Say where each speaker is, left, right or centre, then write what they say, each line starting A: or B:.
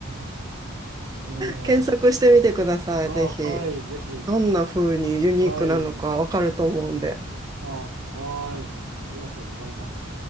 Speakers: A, on the right; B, on the right.
A: <laughs> ええ
B: 検索してみてください、
A: ああ、
B: ぜひ。
A: はい、ぜひ。
B: どんな風にユニークなのかわかると思うんで。
A: あ、はい。あ、はい。ありがとうございます。